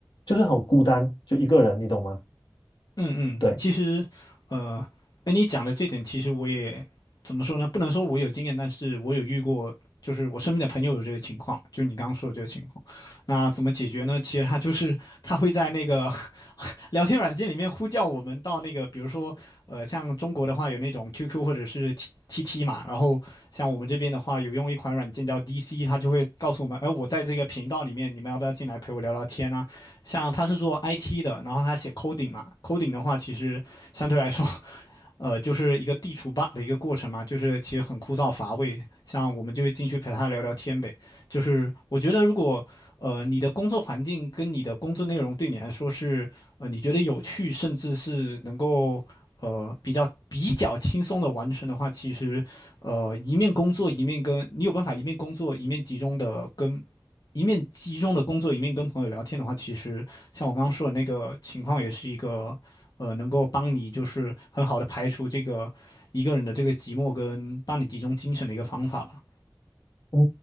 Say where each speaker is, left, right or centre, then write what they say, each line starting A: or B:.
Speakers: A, on the left; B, on the left.
A: 就是很孤单，就一个人，你懂吗？
B: 嗯嗯，
A: 对，
B: 其实，呃，哎，你讲的这点，其实我也怎么说呢？不能说我有经验，但是我有遇过，就是我身边的朋友有这个情况，就你刚刚说的这个情况。那怎么解决呢？其实他就是他会在那个 <laughs> 聊天软件里面呼叫我们到那个，比如说，呃，像中国的话有那种 QQ 或者是 T TT 嘛，然后像我们这边的话有用一款软件叫 DC，它就会告诉我们，哎、我在这个频道里面，你们要不要进来陪我聊聊天啊？像他是做 IT 的，然后他写 coding 嘛，coding 的话其实相对来说，呃，就是一个地除 bug 的一个过程嘛，就是其实很枯燥乏味。像我们就会进去陪他聊聊天呗。就是我觉得如果呃你的工作环境跟你的工作内容对你来说是呃你觉得有趣，甚至是能够。呃，比较比较轻松的完成的话，其实，呃，一面工作一面跟你有办法一面工作一面集中的跟一面集中的工作，一面跟朋友聊天的话，其实像我刚刚说的那个情况，也是一个呃，能够帮你就是很好的排除这个一个人的这个寂寞，跟帮你集中精神的一个方法吧。
A: 嗯，